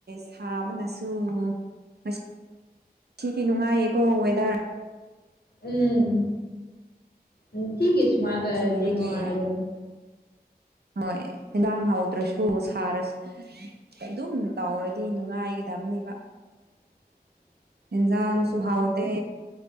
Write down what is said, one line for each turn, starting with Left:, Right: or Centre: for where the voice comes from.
Right: ꯁꯥꯕꯅꯁꯨ ꯉꯁ ꯁꯤꯗꯤ ꯅꯨꯡꯉꯥꯏꯌꯦꯀꯣ ꯋꯦꯗꯔ
Left: ꯎꯝ ꯅꯨꯡꯇꯤꯒꯤ ꯁꯨꯃꯥꯏ
Right: ꯅꯣꯡ
Left: ꯂꯩꯔꯗꯤ
Right: ꯆꯨꯕꯒꯤ
Left: ꯅꯨꯉꯥꯏꯒꯥꯅꯤ
Right: ꯍꯣꯏ ꯍꯦꯟꯗꯥꯥꯡ ꯍꯥꯎꯇ꯭ꯔꯥꯁꯨ ꯁꯥꯔꯁ ꯑꯗꯨꯝ ꯇꯧꯔꯗꯤ ꯅꯨꯡꯉꯥꯏꯒꯥꯗꯕꯅꯦꯕ
Left: <inaudible>
Right: ꯏꯟꯖꯥꯡꯁꯨꯨ
Left: ꯑꯗꯨꯅꯤ
Right: ꯍꯥꯎꯇꯦ